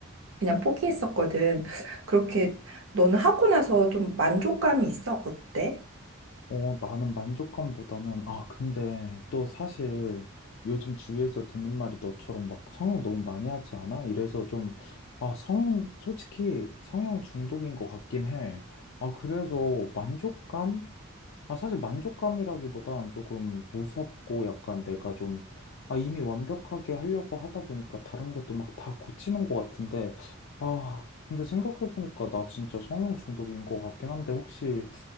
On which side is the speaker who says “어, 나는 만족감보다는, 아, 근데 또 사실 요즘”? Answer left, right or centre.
Left